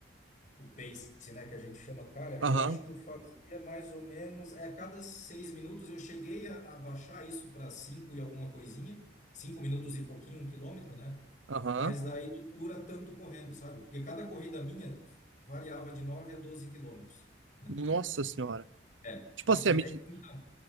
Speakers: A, on the left; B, on the right.
A: O pace, né, que a gente chama, cara,
B: Aham,
A: eu acho que eu fazia mais ou menos, é, a cada seis minutos eu cheguei a, a baixar isso para cinco e alguma coisinha, cinco minutos e pouquinho, um quilômetro, né?
B: aham.
A: Mas daí tu não dura tanto correndo, sabe? Porque cada corrida minha variava de 9 a 12 quilômetros, né?
B: Nossa senhora.
A: É,
B: Tipo
A: bastante.
B: assim, a minha.
A: É, então,